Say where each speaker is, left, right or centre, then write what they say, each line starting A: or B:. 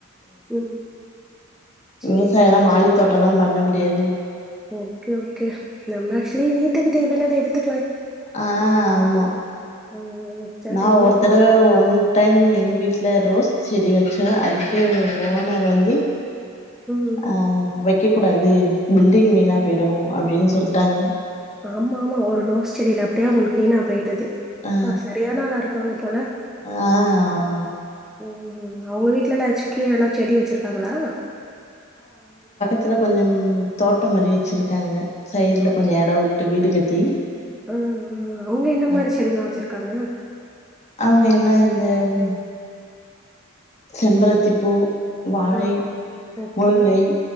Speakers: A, in the centre; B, on the left (about 35°).
A: ம் சேரி
B: விவசாயோ எல்லா மாடித்தோட்ட
A: சேரி
B: எல்லா பண்ண முடியாது தே
A: ஓகே ஓகே நம்ம ஆக்சுலி வீட்டுக்கு தேவயானத எடுத்து
B: ஆ ஆமா
A: ஆ வச்சா
B: நா
A: டெய்லி
B: ஒருத்தடவ
A: நம்
B: ஒன் டைம் எங்க வீட் ட்ல ரோஸ் செடி வச்சோ அதுக்கே ஓனர் வந்து
A: ம் ம்
B: ஆ வெக் வெக்க கூடாது பில்டிங் வீணா போயிடு அப்படின்னு சொல்லிட்டாங்க
A: ஆமா ஆமா ஒரு ரோஸ் செடியில அப்டியே அவங்களுக்கு வீனா போயிடுது
B: ஆ
A: அப்ப சரியான ஆளா இருக் ப்பங்க போல
B: ஆ ஆமா
A: ம் ம் அவங்க வீட் வீட்ல <unintelligible> வெச்சு கீழெல்லா செடி வச்சிருக்காங்களா
B: துல கொஞ்சம் தோட்டம் மாரி வச்சிருக்காங்க சைட்ல
A: ஓ
B: கொஞ்சோ எடோ விட்டு வீடு கட்டி
A: அ அ அவங்க என்ன
B: ஆ
A: மாரி செடிலா வச்சிருக்காங்க
B: அவங்க எல்லா இந்த ம் செம்பரத்திப் பூ வாழை
A: ஆ ஓகே
B: முருங்கை